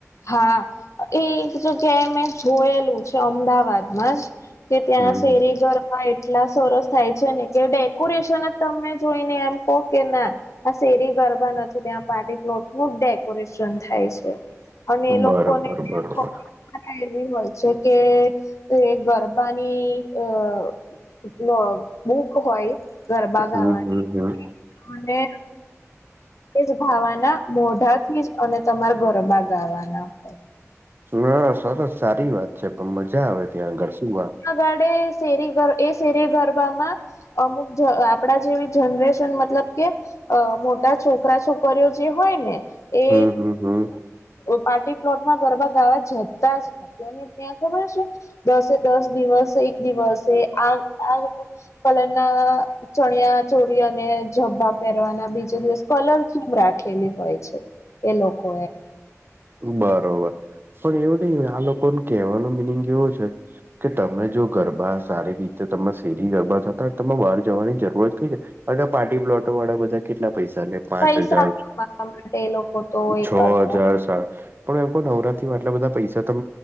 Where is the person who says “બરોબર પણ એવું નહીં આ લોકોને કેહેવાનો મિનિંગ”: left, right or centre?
Right